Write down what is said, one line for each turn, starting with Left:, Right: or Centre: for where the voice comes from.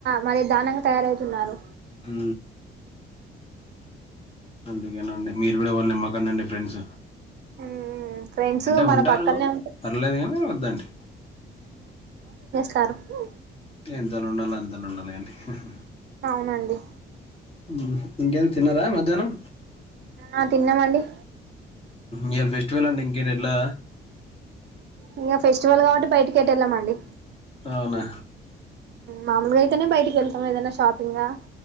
Right: మరి దార్ణంగా తయారవుతున్నారు.
Left: ఊ అందుకేనండి మీరు కూడా వాళ్ళ నిమ్మకండి అండి ఫ్రెండ్సు
Right: ఉమ్ ఫ్రెండ్స్
Left: అంటే
Right: మన
Left: ఉంటారు
Right: పక్కనే ఉంటే
Left: పర్లేదు గానీ వద్దండి.
Right: సారు ఉవ్
Left: ఎంతలో ఉండాలో అంతలో ఉండ్లే అండి హహా
Right: అవునండి
Left: ఉహు ఇంకేం తిన్నారా మంచ్ ధనం
Right: ఆ తిన్నామండి
Left: ఇవాళ ఫెస్టివల్ అండి ఇంకే ఎట్లా?
Right: ఇంకా ఫెస్టివల్ కాబట్టి బయటికెటు వెళ్ళ మండి.
Left: అవునా?
Right: మామూలుగా అయితేనే బయటికి వెళ్తాం ఏదనా షాపింగా.